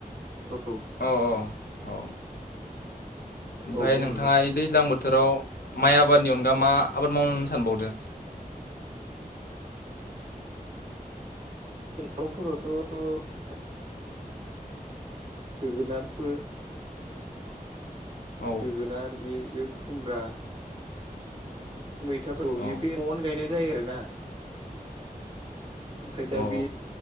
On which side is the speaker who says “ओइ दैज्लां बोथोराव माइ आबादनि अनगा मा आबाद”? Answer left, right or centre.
Left